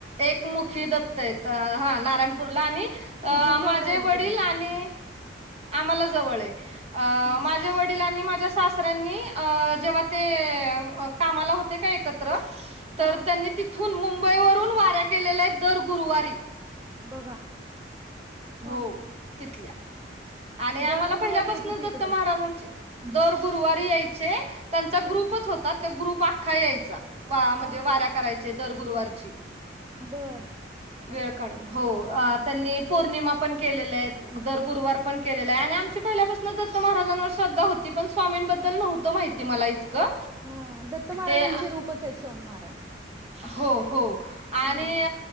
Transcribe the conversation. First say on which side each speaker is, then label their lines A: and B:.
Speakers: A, on the right; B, on the right.
A: एक मुखी दत्त आहेत अ हा नारायणपूरला आणि अ
B: तिथून जवळ
A: माझे
B: आहे ना
A: वडील
B: तुम्हाला
A: आणि आम्हाला जवळ आहे. अं
B: हम्म
A: माझे वडील वडील आणि माझ्या सासऱ्यांनी अं जेव्हा ते कामाला होते का एकत्र तर
B: हा
A: त्यांनी तिथून मुंबईवरून वाऱ्या केलेल्या आहेत दर गुरुवारी.
B: बघा.
A: हो
B: हा
A: तिथल्या आणि आम्हाला
B: दर गुरुवारी
A: पहिल्यापासूनच
B: येत होती
A: दत्त
B: इकडं
A: महाराजांची दर गुरुवारी यायचे. त्यांचा
B: हा
A: ग्रुपच होता ते ग्रुप अख्खा यायचा. वा म्हणजे
B: हा.
A: वाऱ्या करायचे दर गुरुवारची.
B: बर.
A: वेळ काढून. हो अ त्यांनी पौर्णिमा पण केलेल्या आहेत, दर गुरुवार पण केलेलं आहे आणि आमची पहिल्यापासून दत्त महाराजांवर श्रद्धा होती, पण स्वामींबद्दल नव्हतं माहिती मला इतं क
B: हा दत्त महाराजांचे
A: ते
B: रूपच आहेत स्वामी महाराज
A: हो हो आणि
B: हा